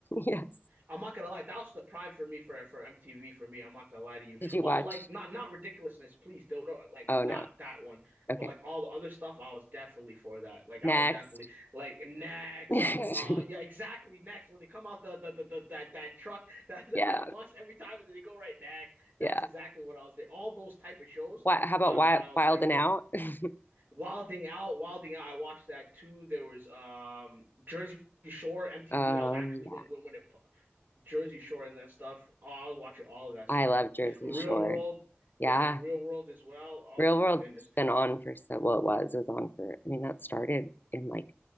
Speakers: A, on the left; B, on the right.
A: yes.
B: I'm not gonna lie, that was the prime for me for for MTV for me. I'm not gonna lie to you.
A: Did you
B: All
A: watch?
B: like not not ridiculousness, please don't know like
A: Oh
B: not
A: no.
B: that one,
A: Okay.
B: but like all the other stuff, I was definitely for that. Like
A: Next.
B: I was definitely like next,
A: Next.
B: uh yeah, exactly next when they come out the the, the, the that that truck <laughs> that, that
A: <laughs> yeah.
B: that bus every time and then they go right next. That's
A: Yeah.
B: exactly what I was there. All those type of shows,
A: What? How about
B: ah
A: Wild,
B: man, I was
A: Wild
B: there for
A: and Out? <laughs>
B: Wilding Out, Wilding Out. I watched that too. There was um Jersey. Shore MTV.
A: Oh
B: That was actually
A: yeah.
B: when when when it Jersey Shore and that stuff. Oh, I was watching all of that stuff.
A: I love Jersey
B: Real
A: Shore.
B: World,
A: Yeah.
B: they had Real World as well. Oh
A: Real
B: my
A: World's
B: goodness.
A: been on for so well it was. It was on for. I mean that started in like